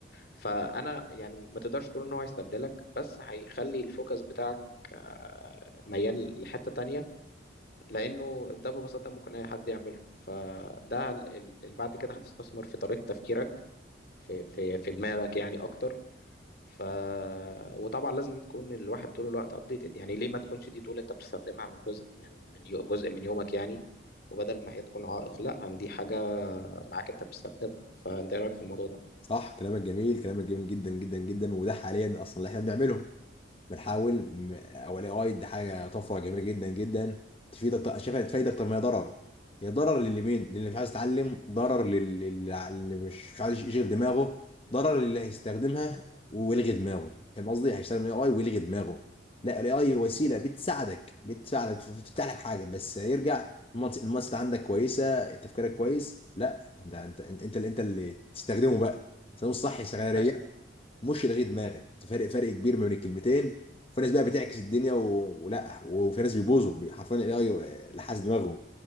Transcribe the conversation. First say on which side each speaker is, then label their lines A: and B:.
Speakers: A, on the left; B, on the left.
A: فانا يعني ما تقدرش تقول ان هو هيستبدلك بس هيخلي الفوكس بتاعك آه، ميال لحتة تانية لأنه ده ببساطة ممكن أي حد يعمله فده ال- ال- اللي بعد كده هتستثمر في طريقة تفكيرك في في في دماغك يعني أكتر ف وطبعا لازم تكون الواحد طول الوقت أبديتد يعني ليه ما تكونش دي طول أنت بتستخدمها من جزء من من يو- جزء من يومك يعني وبدل ما هي تكون عائق لا دي حاجة معاك انت بتستخدمها فانت ايه رايك في الموضوع ده
B: صح كلامك جميل كلامك جميل جدا جدا جدا وده حاليا اصلا اللي احنا بنعمله بنحاول م- او الاي اي ده حاجه طفره جميله جدا جدا تفيدك ط- شايفها تفيد اكتر ما هي ضرر هي ضرر للمين للي مش عايز يتعلم ضرر لل- لل- للي مش مش عايز يشغل دماغه ضرر للي هيستخدمها ويلغي دماغه فاهم قصدي هيستخدم الاي اي ويلغي دماغه لا الاي اي وسيله بتساعدك بتساعدك بتفتح لك حاجه بس هيرجع المنطق المنطق عندك كويسه تفكيرك كويس لا ده انت انت انت اللي انت اللي تستخدمه بقى تستخدمه الصح يا
A: اه
B: مش لغي دماغك تفرق فرق كبير ما بين الكلمتين في ناس بقى بتعكس الدنيا و... ولا وفي ناس بيبوظوا بي- حرفيا الاي لحس دماغهم